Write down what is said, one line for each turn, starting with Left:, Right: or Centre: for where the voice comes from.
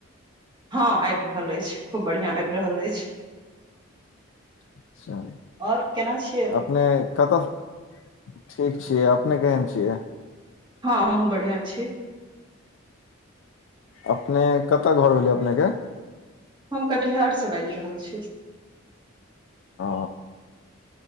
Right: हँ आबि रहल अछि खूब बढ़िआँ आबि रहल अछि
Left: अच्छा
Right: आओर केना छियै
Left: अपने कतह ठीक छियै अपने केहेन छियै
Right: हँ हमहुं बढ़िआँ छी
Left: अपने कतऽ घर भेलै अपनेके
Right: हम कटिहार सऽ बाजि रहल छी
Left: ओ